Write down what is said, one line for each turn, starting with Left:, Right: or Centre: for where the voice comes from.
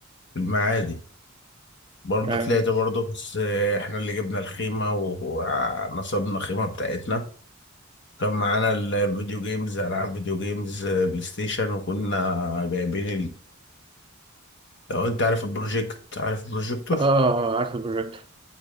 Left: في المعادي برضه
Right: يعني
Left: طلعت برضه بس احنا اللي جبنا الخيمه و- ونصبنا الخيمه بتاعتنا كان معانا الفيديو جيمز العاب فيديو جيمز بلاي ستيشن وكنا جايبين لو انت عارف البروجيكت عارف البروجيكتور
Right: آه آه، عارف البروجيكت